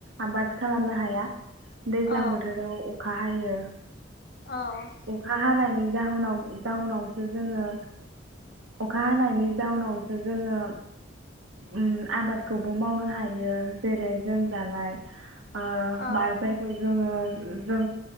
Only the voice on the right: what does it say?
आबाद खालामनो हाया दैज्लां
बोथोराव राव अखा हायो
अखा हानायनि जाहोनाव जाउनावसो जोङो अखा हानायनि जाउनावसो जोङो उम आबाद खौबो मावनो हायो जेरै लोमजानाय ओ
मा जाय जोङो जों